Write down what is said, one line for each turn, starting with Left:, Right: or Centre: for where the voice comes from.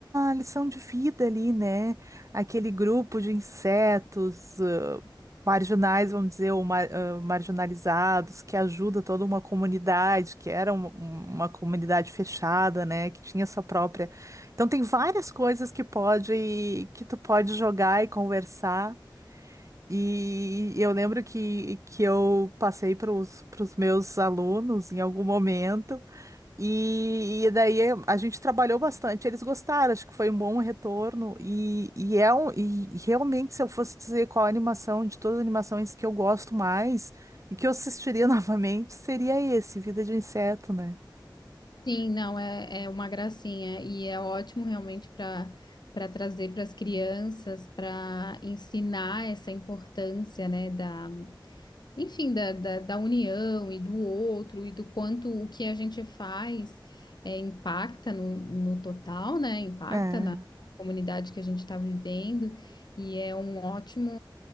Right: lição de vida ali, né? Aquele grupo de insetos, ãh, marginais, vamos dizer, ou mar- ãh, marginalizados, que ajuda toda uma comunidade, que era um- um, uma comunidade fechada, né? Que tinha sua própria. Então tem várias coisas que pode, que tu pode jogar e conversar. E eu lembro que, que eu passei para os meus alunos em algum momento, e, e daí a gente trabalhou bastante. Eles gostaram, acho que foi um bom retorno. E, e, é um, e realmente, se eu fosse dizer qual a animação de todas as animações que eu gosto mais e que eu assistiria <laughs> novamente, seria esse, Vida de Inseto, né?
Left: Sim, não, é, é uma gracinha e é ótimo realmente para para trazer para as crianças, para ensinar essa importância, né, da enfim, da, da, da união e do outro e do quanto o que a gente faz é, impacta no, no total, né? Impacta
Right: É,
Left: na comunidade que a gente está vivendo e é um ótimo,